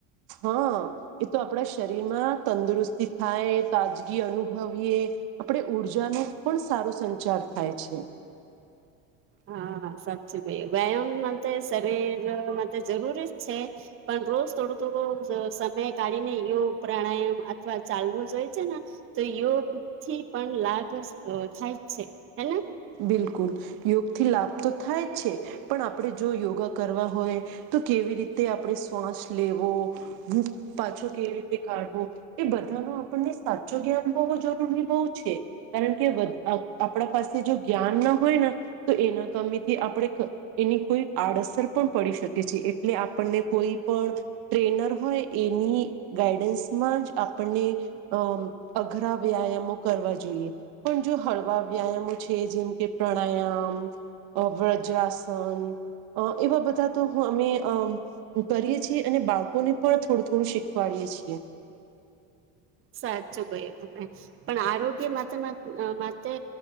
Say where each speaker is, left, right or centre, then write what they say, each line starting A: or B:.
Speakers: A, on the right; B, on the right.
A: હા એ તો આપણા શરીરમાં તંદુરસ્તી થાય તાજગી અનુભવીએ આપણેે ઊર્જાનું પણ સારો સંચાર થાય છે.
B: હા હા સાચુ કહ્યું વ્યાયામ માં શરીરમાં જરૂરી જ છે પણ રોજ થોડો થોડો સમય કાઢીને યોગ પ્રાણાયામ અથવા ચાલવું જોઈએ છે ને તો યોગ થી પણ લાભ અ થાય જ છે. હેને
A: બિલકુલ. યો થી લાભ તો થાય છે. પણ આપણે જો યોગા કરવા હોય તો કેવી રીતે આપણે શ્વાસ લેવો, પાછો કેવી રીતે કાઢવો એ બધાનો આપણને સાચો જ્ઞાન હોવો જરૂરી બહુ છે. કારણ કે બ આપડા પાસે જો જ્ઞાન ના હોય ને તો એના કમીથી આપણે એની કોઈ આડઅસર પણ પડી શકે છે. એટલે આપણને કોઈ પણ ટ્રેનર હોય એની ગાઈડન્સમાં જ આપણને અ અઘરા વ્યાયામો કરવા જોઈએ. પણ જો હળવા વ્યાયામો છે. જેમ કે પ્રાણાયામ, અ વ્રજ્રાસન અ એવા બધા તો અમે કરીએ છીએ અને બાળકોને પણ થોડું થોડું શીખવાડીએ છીએ.
B: સાચું કહીએ તમે પણ આરોગ્ય માટે માટે